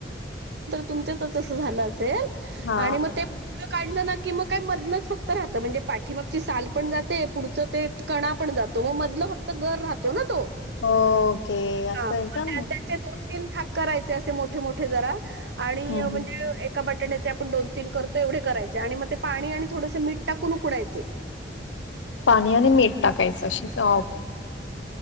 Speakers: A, on the right; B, on the left.
A: तुमच्यात असं झालं असेल
B: हा
A: आणि मग ते पूर्ण काढलं ना की मग काय मधलंच फक्त राहतं म्हणजे पाठीमागची साल पण जाते पुढचं ते कणा पण जातो म मधलं फक्त गर राहतो ना तो
B: ओके
A: हां,
B: असं आहे
A: मग
B: का
A: त्या त्याचे भाग करायचे असे मोठे मोठे जरा आणि
B: हं,
A: म्हणजे
B: हं.
A: बटाट्याचे आपण दोन तीन करतो एवढे करायचे आणि मग ते पाणी आणि थोडस मीठ टाकून उकडायचे
B: पाणी आणि मीठ टाकायचं अशीच ओके